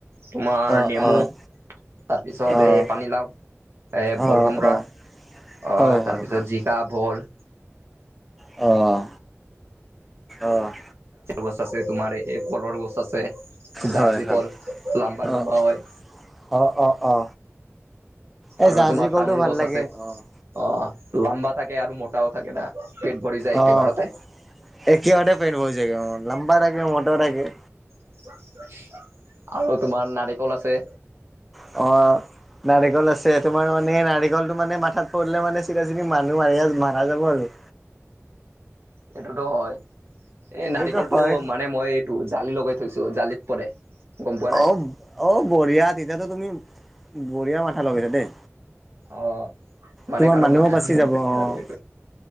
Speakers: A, on the right; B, in the centre.
A: তোমাৰ
B: অ', অ',
A: নেমু। তাৰপিছত
B: অ',
A: এই পানীলাও এ
B: অ',
A: ভল কোমৰা
B: অ',
A: অ,
B: হয়, হয়,
A: তাৰপিছত
B: হয়,
A: জি কা ভোল,
B: অহ, অহ,
A: গছ আছে তোমাৰ এই কলৰ গছ আছে
B: হয়,
A: জাহাজী
B: হয়,
A: কল লাম্বা
B: অ',
A: লম্বা হয়।
B: অ, অ, অ, এই
A: আৰু
B: জাহাজী
A: তোমাৰ
B: কলটো
A: তামোল
B: ভাল
A: গছ
B: লাগে
A: আছে।
B: অ',
A: অ, লাম্বা থাকে আৰু মোটাও থাকে না পেট ভৰি যায় একেবাৰতে।
B: অ', একেবাৰতে পেট ভৰি যায়গে অ' লাম্বা লাগে মোটা থাকে।
A: <inaudible> আৰু তোমাৰ নাৰিকল আছে।
B: অহ, নাৰিকল আছে তোমাৰ মানে নাৰিকলটো মানে মাথাত পৰিলে মানে চিধা চিধি মানুহ মাৰি মাৰা যাব আৰু।
A: এইটোতো হয় এই নাৰিকলটো
B: এইটোতো হয়
A: মানে মই এইটো জালি লগাই থৈছো জালিত পৰে। গম পোৱা না
B: অ', অ', বঢ়িয়া তেতিয়াতো তুমি বঢ়িয়া মাথা লগাইছা দেই।
A: অ, মানে
B: তোমাৰ
A: কাৰো
B: মানুহো
A: মথা
B: বাচি
A: আৰু
B: যাব অ',
A: এইটো